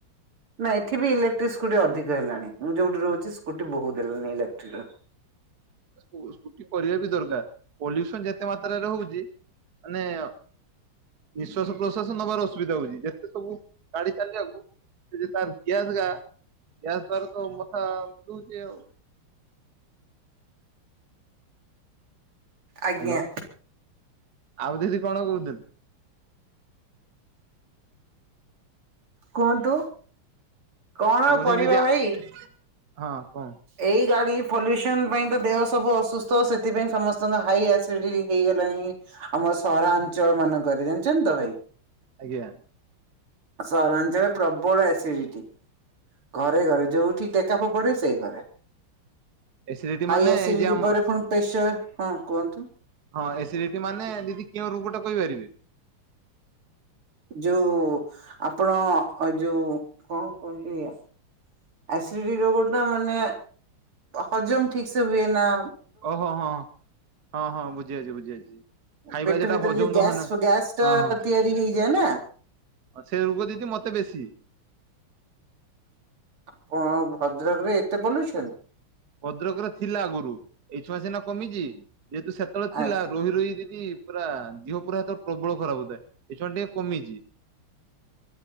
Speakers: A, on the right (about 80°); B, on the right (about 50°).
A: ନା ଏଠି ଇଲେକ୍ଟ୍ରି ସ୍କୁଟି ଅଧିକ ହେଲାଣି ମୁଁ ଯୋଉଠି ରହୁଛି ସ୍କୁଟି ବହୁତ ହେଲାଣି ଇଲେକ୍ଟ୍ରିର।
B: ସ୍କୁଟି କରିବା ବି ଦରକାର ପଲ୍ୟୁସନ ଯେତେ ମାତ୍ରାରେ ହଉଛି ମାନେ ନିଶ୍ଵାସ ପ୍ରଶ୍ୱାସ ସବୁ ନେବାରେ ଅସୁବିଧା ହଉଛି ଯେତେ ସବୁ ଗାଡି ଚାଲିବାକୁ ସେ ତାର ଗ୍ୟାସ ଗା ଗ୍ୟାସ ଦ୍ଵାରା ତ ମଥା ବୁଲଛି ଆଉ।
A: ଆଜ୍ଞା
B: ହାଲୋ ଆଉ ଦଦି କଣ କହୁଛନ୍ତି?
A: କୁହନ୍ତୁ। କଣ ଆଉ
B: କହୁଛନ୍ତି
A: କରିବା
B: ଦିଦି ହଁ
A: ଭାଇ।
B: କୁହନ୍ତୁ।
A: ଏଇ ଗାଡି ପଲ୍ୟୁସନ ପାଇଁ ତ ଦେହ ସବୁ ଅସୁସ୍ଥ ସେଥିପାଇଁ ସମସ୍ତଙ୍କ ହାଇ ଆସିଡି ହେଇଗଲାଣି। ଆମ ସହରାଞ୍ଚଳ ମାନଙ୍କରେ ଜାଣିଚନ୍ତୀ ତ ଭାଇ।
B: ଆଜ୍ଞା।
A: ସହରାଞ୍ଚଳରେ ପ୍ରବଳ ଆସିଡିଟି ଘରେ ଘରେ ଯୋଉଠି ଟେକା ଫୋପାଡିବ ସେଇ ଘରେ।
B: ଏସିଡିଟି
A: ହାଇ
B: ମାନେ
A: ଆସିଡିଟି
B: ଏଇ ଯେ ଆମ
A: ପରେ ପୁଣି ପ୍ରେସର ହଁ କୁହନ୍ତୁ।
B: ହଁ, ଏସିଡିଟି ମାନେ ଦିଦି କେଉଁ ରୋଗ ଟା କହିପାରିବେ।
A: ଯୋଉ ଆପଣ ଯୋଉ କଣ କୁହନ୍ତି ଇଏ। ଆସିଡିଟି ରୋଗ ଟା ମାନେ ହଜମ ଠିକ୍ ସେ ହୁଏନା
B: ଓହୋ ହଁ, ହଁ, ହଁ ବୁଝି ଅଛି ବୁଝି ଅଛି। ଖାଇବା
A: ପେଟ
B: ଯେଟା
A: ଭିତରେ
B: ହଜମ
A: ଯୋଉ
B: ନହେ
A: ଗ୍ୟାସ୍
B: ନା
A: ଗ୍ୟାସ୍ ଟା
B: ହଁ, ହଁ।
A: ତିଆରି ହେଇଯାଏ ନା
B: ଅଛେ ରୋଗ ଦିଦି ମତେ ବେଶୀ
A: ଆପଣ ଭଦ୍ରକରେ ଏତେ ପଲୁସନ୍।
B: ଭଦ୍ରକ ରେ ଥିଲା ଆଗରୁ ଏଇ ଛୁଆଁ ସିନା କମିଚି ଯେହେତୁ ସେ ଯେତେବେଳେ ଥିଲା
A: ଆଚ୍ଛା
B: ରୋହି ରୋହି ଦିଦି ପୁରା ଦେହ ପୁରା ସେତେବେଳେ ପ୍ରବଳ ଖରାପ ହୋଉଥାଏ ଏଇଖୁଣା ଟିକେ କମିଚି।